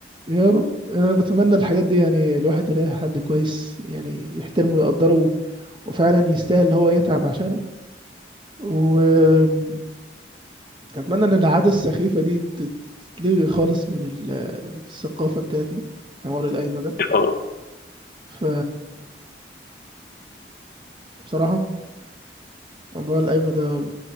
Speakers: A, on the right (about 25°); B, on the left (about 50°).
A: يا رب انا بتمنى الحاجات دي يعني الواحد يلاقي حد كويس يعني يحترمه ويقدره وفعلا يستاهل اللي هو يتعب عشانه واتمنى ان العادة السخيفة دي تت- تتلغي خالص من ال- الثقافة بتاعتنا حوار القايمة ده
B: إن شاء الله.
A: ف بصراحة موضوع القايمة ده